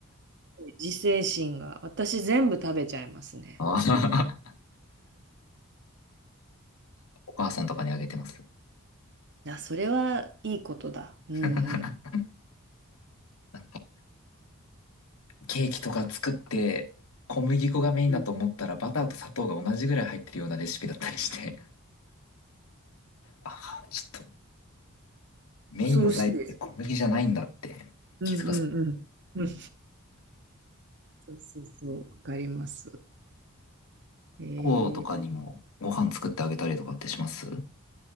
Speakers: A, on the right; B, on the left.
A: 自制心が。私全部食べちゃいますね。
B: あー
A: 作っ、
B: <laughs> お母さんとかにあげてます。
A: あ、それはいいことだ。うんうん。
B: <laughs> なんか、ケーキとか作って、小麦粉がメインだと思ったらバターと砂糖が同じぐらい入ってるようなレシピだったりして、
A: うん
B: ああちょっとメインの材料って小麦じゃないんだって気づかされた。
A: 恐ろしいです。うんうんうん。うん。そうそうそう。わかります。え
B: 猫とかにもご飯作ってあげたりとかってします
A: ー、